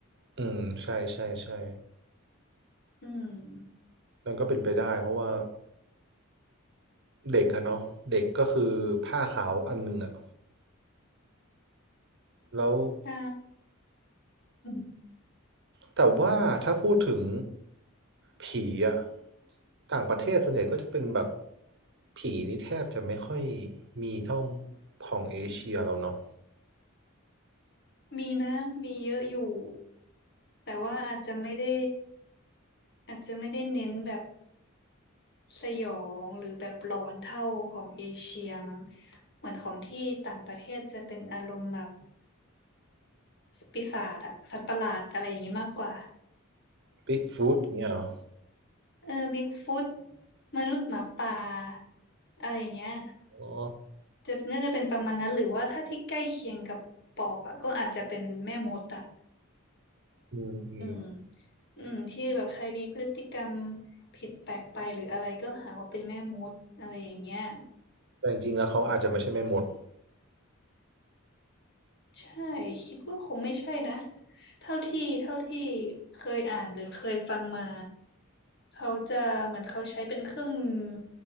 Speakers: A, on the right (about 60°); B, on the left (about 55°).
A: อืมใช่ใช่ใช่
B: อืม
A: มันก็เป็นไปได้เพราะว่าเด็กอะเนาะเด็กก็คือผ้าขาวอันหนึ่งอะแล้ว
B: ใช่อืม
A: แต่ว่าถ้าพูดถึงผีอะต่างประเทศส่วนใหญ่ก็จะเป็นแบบผีนี่แทบจะไม่ค่อยมีเท่าของเอเชียเราเนาะ
B: มีนะมีเยอะอยู่แต่ว่าอาจจะไม่ได้อาจจะไม่ได้เน้นแบบ สยองหรือแบบหลอนเท่าของเอเชียมั้งเหมือนของที่ต่างประเทศจะเป็นอารมณ์แบบปีศาจอะสัตว์ประหลาดอะไรอย่างงี้มากกว่า
A: บิ๊กฟูตเนี้ยเหรอ
B: เออบิ๊กฟุตมนุษย์หมาป่าอะไรอย่างเงี้ย
A: อ๋อ
B: จะน่าจะเป็นประมาณนั้นหรือว่าถ้าที่ใกล้เคียงกับปอบอะก็อาจจะเป็นแม่มดอะ
A: อืมอืม
B: อืมอืมที่แบบใครมีพฤติกรรมผิดแปลกไปหรืออะไรก็หาว่าเป็นแม่มดอะไรอย่างเงี้ย
A: แต่จริงๆแล้วเขาอาจจะไม่ใช่แม่มด
B: ใช่คิดว่าคงไม่ใช่นะเท่าที่เท่าที่เคยอ่านหรือเคยฟังมาเขาจะเหมือนเขาใช้เป็นเครื่องมือ